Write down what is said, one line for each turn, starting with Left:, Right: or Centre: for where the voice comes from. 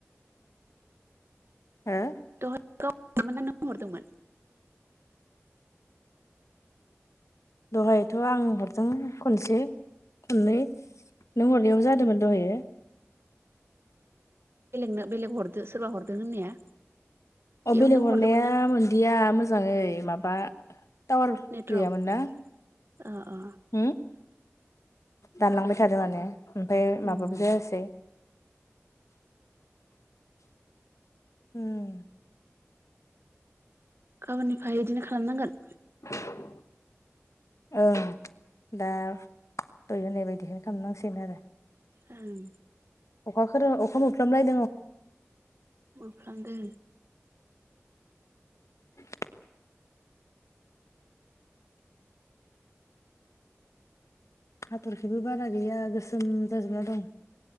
Left: हो
Right: गाव हरदोंमोन ना नों हरदोंमोन
Left: दहायथ' आं हरदों खनसे खननै नों हरनियाव जादोंमोन दहाय
Right: बेलेग ना बेलेग हरदो सोरबा हरदों होननाया
Left: अ
Right: इयाव
Left: बेलेग
Right: नों
Left: हरनाया
Right: हरदोंमोन ना
Left: मोनदिया मोजाङै माबा टावार गैयामोन
Right: नेटवर्क
Left: ना
Right: अ अ
Left: होम दानलांबाय थादों माने ओमफ्राय
Right: उम
Left: माबाबो जायासै उम
Right: गाबोननिफ्राय बिदिनो खालामनांगोन
Left: <inaudible> ओं दा दय होनाय बायदिखौनो खालामनांसिगोन आरो
Right: उम
Left: अखा खोरोम अखा मोफालामना
Right: मा खालामदो
Left: <inaudible> हाथरखिबो बारा गैया गोसोम जाजोबना दं <inaudible>